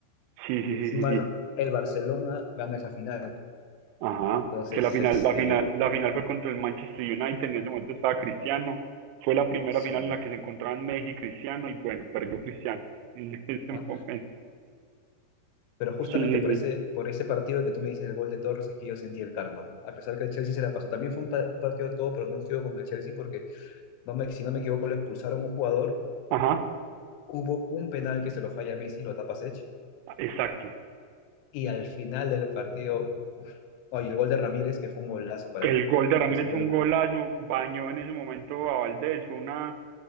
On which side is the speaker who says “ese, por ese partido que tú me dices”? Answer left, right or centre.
Left